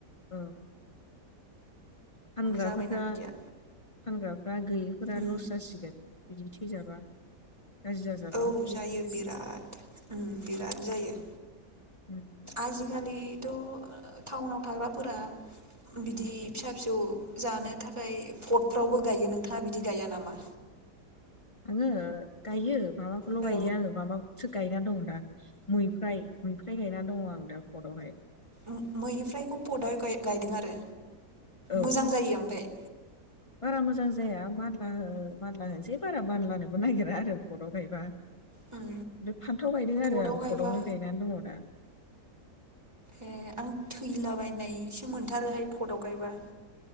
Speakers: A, on the left; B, on the right.
A: औ फानग्राफोरा
B: जाबायना बिदिया
A: फानग्राफ्रा गोयिफोरा
B: उम
A: लस जासिगोन बिदि थैजाबा गाज्रि जाजाबा
B: औ जायो बिराद बिराद जायो।
A: उम
B: आजिखालि टाउनाव थाग्राफोरा बिदि फिसा फिसौ जानो थाखाय पटफ्रावबो गायो नोंथाङा बिदि गाया नामा?
A: आङो गायो। माबाखौल
B: औ
A: गायो आङो माबाव सो गायनानै दं दा मैफ्राय मैफ्राय गायनानै दङ आं दा फटआवहाय।
B: ओम मैनिफ्रायखौ पदआव गायदों आरो?
A: औ
B: मोजां जायो ओमफाय
A: बारा मोजां जाया मानला हो मानला होनोसै बारा मानलानोबो नागिरा आरो पटआव गायबा।
B: उम
A: बे फान्थाव गायदों
B: पटआव
A: आरो आं
B: गायबा
A: फटआवनो गायनानै दङ दा।
B: ए आं थैलाबायनायसो मोनथारोहाय फटआव गायबा।